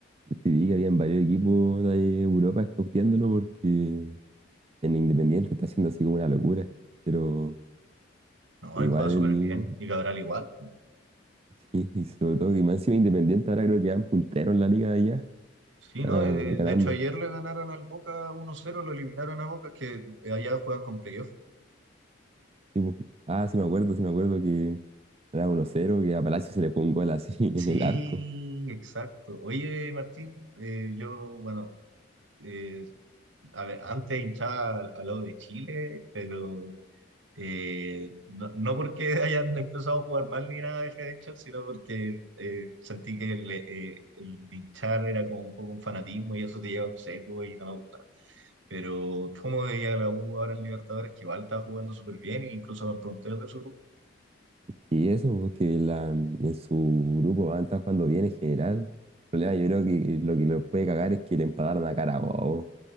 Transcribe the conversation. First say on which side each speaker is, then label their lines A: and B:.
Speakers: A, on the right; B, on the right.
A: sí vi que habían varios equipos de Europa escauteándolo porque En Independiente está haciendo así como una locura, pero
B: No,
A: igual,
B: y juega súper
A: el-
B: bien. Y Cabral igual.
A: sí, y sobre todo que más encima Independiente ahora creo que van punteros en la liga de allá,
B: Sí,
A: están
B: ¿no?
A: ah,
B: Eh,
A: ganando.
B: de hecho, ayer le ganaron al Boca uno cero, lo eliminaron a Boca, que eh, allá juegan con playoff.
A: Sí, po. Ah, sí me acuerdo, sí me acuerdo que era uno cero que a Palacio se le fue un gol así <laughs>
B: Sí,
A: en el arco.
B: exacto. Oye, Martín, eh, yo, bueno, eh, a ver, antes hinchaba al, al lado de Chile, pero Eh, no, no porque <laughs> hayan empezado a jugar mal ni nada de hinchar, sino porque eh, sentí que el, eh, el hinchar era como un poco un fanatismo y eso te lleva a un sesgo y no me gusta. Pero como veía la U ahora en Libertadores, que igual estaba jugando súper bien, e incluso van punteros de su grupo.
A: Y eso, porque la, en su grupo van a estar jugando bien en general. El problema yo creo que lo que los puede cagar es que le empataron a Carabobo.